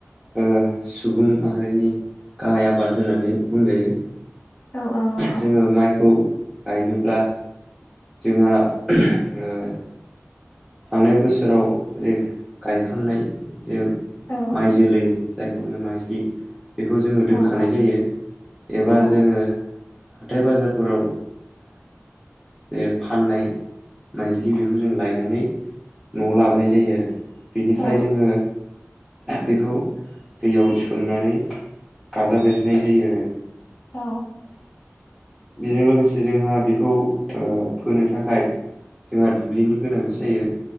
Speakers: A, in the centre; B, on the left (about 55°).
A: ओ सुबुं माहारिनि गाहाय आबाद होननानै बुंजायो।
B: औ औ नंगौ
A: जोङो माइखौ गायनोब्ला जोंहा ओ थांनाय बोसोराव जे गायखांनाय जे
B: औ
A: माइ जोलै जायखौनो माइज्लि बेखौ जोङो दोनखानाय
B: औ औ
A: जायो। एबा
B: औ
A: जोङो हाथाइ बाजारफोराव बे फाननाय माइज्लि बेखौ जों लायनानै न'आव लाबोनाय जायो आरो। बेनिफ्राय
B: औ
A: जोङो बेखौ दैयाव सोमनानै गाजा बेरहोननाय जायो आरो।
B: औ।
A: बेजों लोगोसे जोंहा बेखौ ओ फोनो थाखाय जोंहा दुब्लिनि गोनांथि जायो।